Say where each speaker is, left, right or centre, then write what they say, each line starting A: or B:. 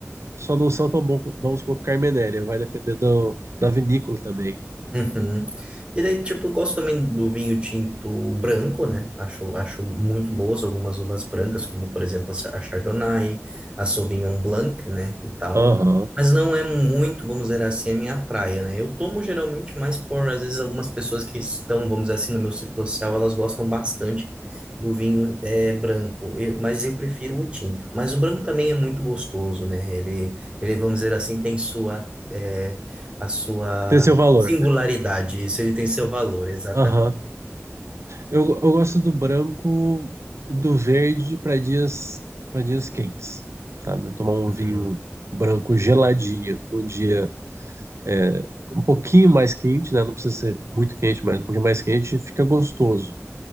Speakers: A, on the right (about 65°); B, on the right (about 20°).
A: só não são tão bom- bons quanto o Carmenere. Vai depender do, da vinícola também.
B: Uhum. E daí, tipo, eu gosto também do vinho tinto branco, né? Acho, acho muito boas algumas uvas brancas, como, por exemplo, a Chardonnay, a Sauvignon Blanc, né? E tal.
A: Aham.
B: Mas não é muito, vamos dizer assim, a minha praia, né? Eu tomo geralmente mais por, às vezes, algumas pessoas que estão, vamos dizer assim, no meu ciclo social, elas gostam bastante do vinho é, branco. Eu- mas eu prefiro o tinto. Mas o branco também é muito gostoso, né? Ele, ele, vamos dizer assim, tem sua... é, a sua
A: Tem seu valor.
B: Singularidade, isso, ele tem seu valor, exatamente.
A: Aham. Eu, eu gosto do branco e do verde para dias, para dias quentes, sabe? Tomar um
B: Uhum.
A: vinho branco geladinho num dia é, um pouquinho mais quente, né? Não precisa ser muito quente, mas um pouquinho mais quente fica gostoso.